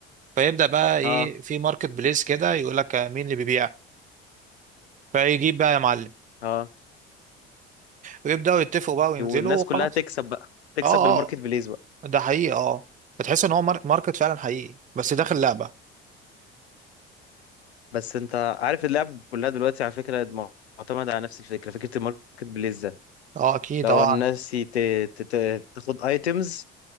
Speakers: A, on the right; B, on the left.
A: فيبدا بقى ايه
B: اه
A: في ماركت بليس كده يقول لك مين اللي بيبيع فيجيب بقى يا معلم
B: اه
A: ويبداوا يتفقوا بقى وينزلوا
B: والناس
A: وخلاص
B: كلها تكسب بقى تكسب
A: اه
B: بالماركت
A: اه
B: بليز بقى
A: ده حقيقي اه بتحس ان هو مار- ماركت فعلا حقيقي بس داخل لعبه
B: بس انت عارف اللعب كلها دلوقتي على فكره م- معتمده على نفس الفكره فكره الماركت بليز ده
A: اه اكيد
B: لو
A: اه
B: الناس يت- ت- ت- تاخد ايتمز